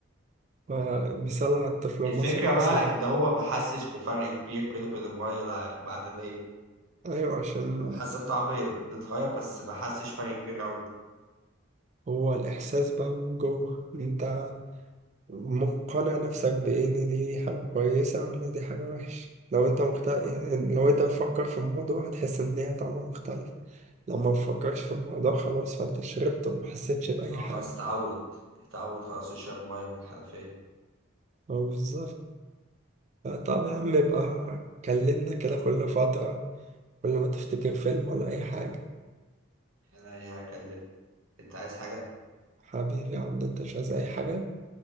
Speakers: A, on the right (about 35°); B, on the right (about 75°).
A: فمثال على الطفل المصري
B: الفكرة
A: الأصيل
B: بقى إن هو ما حسش بفرق كبير بينه وبين المية الع- المعدنية
A: أيوة عشان
B: هو حس بطعم بيتغير بس ما حسش فرق كبير أوي
A: هو الإحساس بقى من جوه أنت مقتنع نفسك بإيه إن دي حاجة كويسة ولا دي حاجة وحشة لو أنت مخت... يعني
B: اه
A: لو أنت
B: بالظبط
A: بتفكر في الموضوع هتحس إن هي طعمها مختلف لو ما بتفكرش في الموضوع خلاص فأنت شربت وما حسيتش بأي
B: اه
A: حاجة
B: خلاص اتعود اتعود خلاص يشرب مية من الحنفية
A: هو بالظبط طب يا عم يبقى كلمنا كده كل فترة كل ما تفتكر فيلم ولا أي حاجة
B: أنا هكلمه انت عايز حاجة؟
A: حبيبي يا عبد انت مش عايز اي حاجة